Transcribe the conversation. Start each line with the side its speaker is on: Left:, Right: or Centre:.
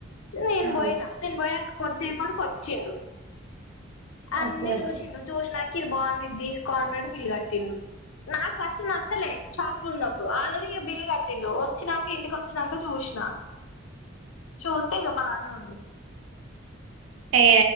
Left: నేను
Right: ఆ
Left: బొయినా నేను బొయిన కొద్దిసేపడకి వొచ్చిండు అన్ని
Right: ఓకే ఓకే
Left: జూసిండు చూసినంక ఇది బాగుంది ఇది తీసుకో అన్నట్ బిల్ కట్టిండు నాకు ఫస్ట్ నచ్చలే షాప్ లో ఉన్నప్పుడు ఆల్రెడీ ఇగ బిల్ కట్టిండు వచ్చినంక ఇంటికొచ్చినంక చూసిన చూ తెగ బానే ఉంది
Right: ఏ